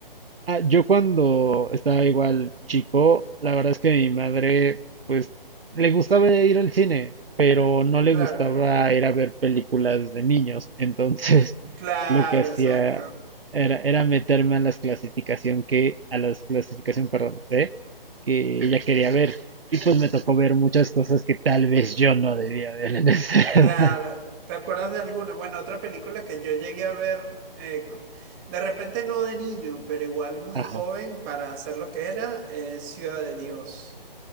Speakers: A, on the right; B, on the right.
A: Ah, yo cuando estaba igual chico, la verdad es que mi madre, pues, le gustaba ir al cine, pero no le
B: Claro,
A: gustaba ir a ver películas de niños. Entonces,
B: claro,
A: <laughs> lo que hacía
B: exacto.
A: era, era meterme a las clasificación que, a las clasificación, perdón, C, que ella quería ver. Y pues me tocó ver muchas cosas que tal vez yo no debía ver en esa <laughs>
B: Claro,
A: edad.
B: ¿te acuerdas de alguna? Bueno, otra película que yo llegué a ver, eh, co- de repente no de niño, pero igual muy
A: Ajá.
B: joven para hacer lo que era, eh, Ciudad de Dios.